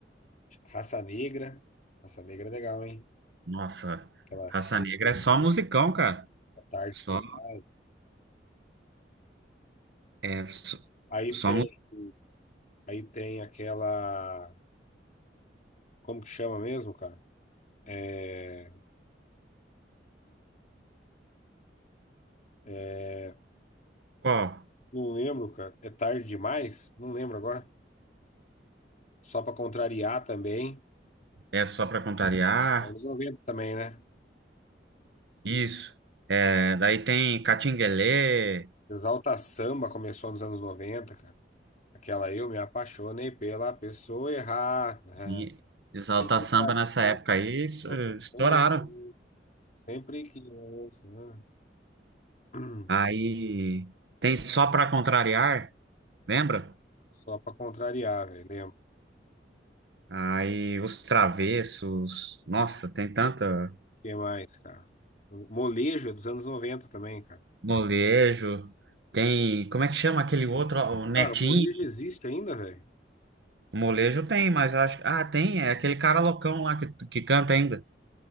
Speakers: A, on the left; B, on the right.
A: Raça Negra. Raça Negra é legal, hein?
B: Nossa,
A: Aquela
B: Raça
A: cheia
B: Negra
A: de bolinho,
B: é só musicão, cara.
A: tá tarde
B: Só,
A: demais.
B: é, só,
A: Aí
B: só
A: tem, aí tem aquela. Como que chama mesmo, cara? É. É,
B: musical.
A: não lembro, cara. É tarde demais? Não lembro agora. Só pra contrariar também.
B: É só pra contrariar.
A: Anos 90 também, né?
B: Isso. É, daí tem Catinguelê.
A: Exalta Samba começou nos anos noventa cara. Aquela eu me apaixonei pela pessoa errada. né?
B: Sim, Exalta
A: Ninguém
B: Samba
A: sabe
B: nessa
A: o que
B: época
A: é que eu
B: aí, isso,
A: tô sofrendo.
B: estouraram.
A: Sempre que eu... né? <clears throat>
B: Aí tem Só Pra Contrariar, lembra?
A: Só pra contrariar, velho. Lembro.
B: Aí Os Travessos, nossa, tem tanta
A: O que mais, cara? O Molejo é dos anos 90 também, cara.
B: molejo, tem, como é que chama aquele outro, ó, o Nequinho?
A: Cara, o molejo existe ainda, velho?
B: O molejo tem, mas eu acho, ah, tem, é aquele cara loucão lá que, que canta ainda.